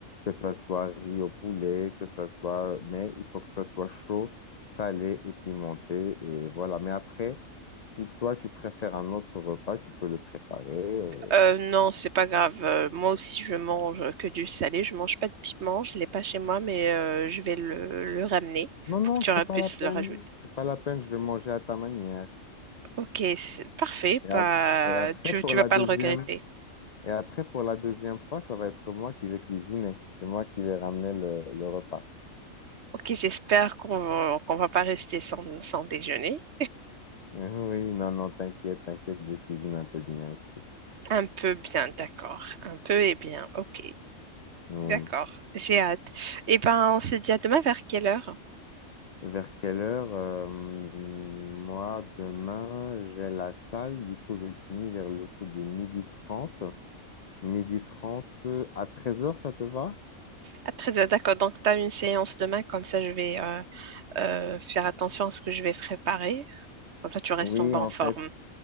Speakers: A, on the left; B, on the right.
A: que ça soit riz au poulet, que ça soit, mais il faut que ça soit chaud, salé et pimenté, et voilà. Mais après, si toi tu préfères un autre repas, tu peux le préparer. euh.
B: Euh, non, c'est pas grave. euh, moi aussi, je mange que du salé. Je mange pas de piment. Je l'ai pas chez moi, mais euh, je vais le, le ramener
A: Non, non,
B: pour que tu
A: c'est
B: ra- puisses
A: pas la peine,
B: le rajouter.
A: c'est pas la peine, je vais manger à ta manière.
B: Ok, c'est parfait.
A: Et,
B: Bah,
A: ap- et après
B: tu,
A: pour
B: tu
A: la
B: vas pas
A: deuxième,
B: le regretter.
A: et après pour la deuxième fois, ça va être moi qui vais cuisiner, c'est moi qui vais ramener le, le repas.
B: Ok, j'espère qu'on va- qu'on va pas rester sans, sans déjeuner.
A: <laughs> Oui, non, non, t'inquiète, t'inquiète, je cuisine un peu bien aussi.
B: Un peu bien, d'accord. Un peu et bien, ok.
A: Oui.
B: D'accord, j'ai hâte. Eh ben, on se dit à demain vers quelle heure?
A: Vers quelle heure? euh, moi, demain, j'ai la salle. Du coup, je finis vers le coup de midi 30. Midi 30 à treize heures, ça te va?
B: Ah, très bien, d'accord. Donc, tu as une séance demain, comme ça, je vais euh, euh, faire attention à ce que je vais préparer. Comme ça, tu restes
A: Oui,
B: en bonne
A: en
B: forme.
A: fait.